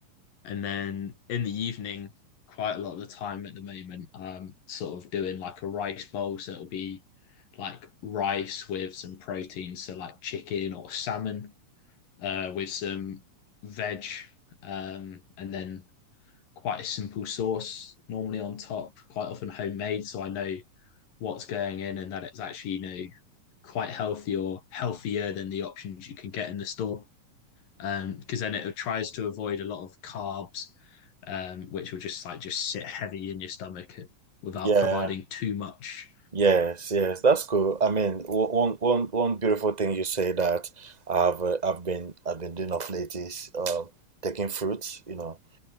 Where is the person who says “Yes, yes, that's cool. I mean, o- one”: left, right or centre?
Right